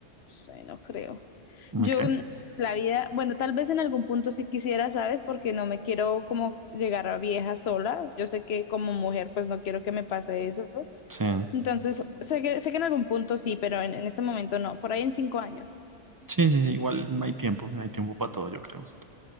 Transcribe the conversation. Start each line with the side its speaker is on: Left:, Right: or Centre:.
Left: sé, no creo.
Right: me
Left: Yo,
Right: crees?
Left: n- la vida, bueno, tal vez en algún punto sí quisiera, ¿sabes? Porque no me quiero como llegar a vieja sola. Yo sé que como mujer, pues no quiero que me pase eso.
Right: Sí.
Left: Entonces, sé que, sé que en algún punto sí, pero en, en este momento no, por ahí en cinco años.
Right: Sí, sí, sí, igual no hay tiempo, no hay tiempo para todo, yo creo,